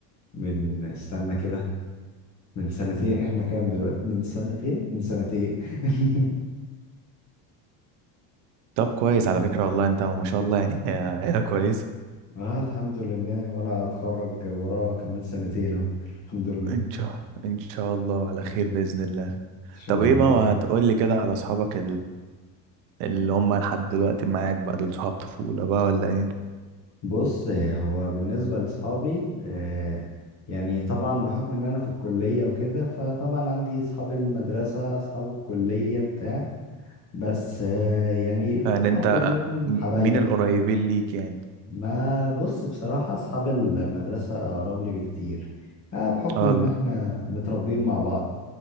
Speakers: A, on the left; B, on the right.
A: من استنى كده من سنتين احنا كام دلوقتي من سنتين من سنتين <laughs>
B: طب كويس على فكرة والله انت ما شاء الله يعني <laughs> عيلة كويسة
A: اه الحمد لله وانا اتخرج وراه كمان سنتين اهو الحمد لله
B: ان شاء ان شاء الله على خير بإذن الله
A: ان شاء
B: طب ايه
A: الله
B: بقى ما تقول لي كده على اصحابك اللي هم لحد دلوقتي معاك بقى دول صحاب طفولة بقى ولا ايه
A: بص آه، هو بالنسبة لأصحابي آه، يعني طبعا بحكم إن أنا في الكلية وكده فطبعا عندي أصحاب المدرسة أصحاب الكلية بتاع بس آه، يعني طبعا
B: يعني انت
A: كلهم
B: م-
A: حبايبي
B: مين القريبين ليك يعني
A: ما بص بصراحة أصحاب المدرسة أقرب لي بكتير آه، بحكم
B: اه
A: إن
B: ال-
A: إحنا متربيين مع بعض